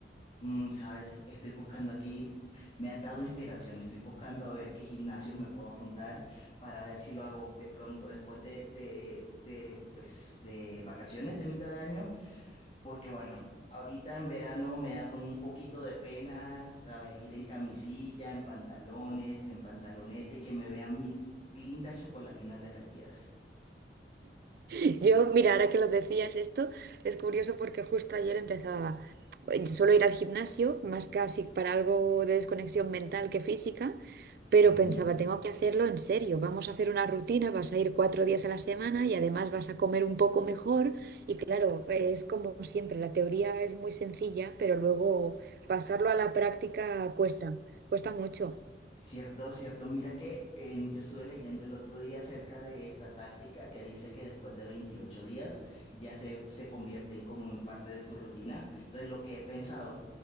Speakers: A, on the left (about 35°); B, on the right (about 55°).
A: Mm, sabes, estoy buscando aquí, me has dado inspiración, estoy buscando a ver qué gimnasios me puedo apuntar para ver si lo hago de pronto, después de, de, de, pues, de vacaciones de mitad de año. porque bueno, ahorita en verano me da como un poquito de pena, ¿sabes? Ir en camisilla, en pantalones, en pantaloneta y que me vean mis lindas chocolatinas derretidas.
B: <laughs> Yo, mira, ahora que lo decías esto, es curioso porque justo ayer empezaba, eh, solo ir al gimnasio, más casi para algo de desconexión mental que física, pero
A: Ujú.
B: pensaba, tengo que hacerlo en serio, vamos a hacer una rutina, vas a ir cuatro días a la semana y además vas a comer un poco mejor. Y claro, es como siempre, la teoría es muy sencilla, pero luego pasarlo a la práctica cuesta, cuesta mucho.
A: Cierto, cierto. Mira que em, yo estuve leyendo el otro día acerca de esta táctica que dice que después de 28 días ya se, se convierten como en parte de tu rutina. Entonces, lo que he pensado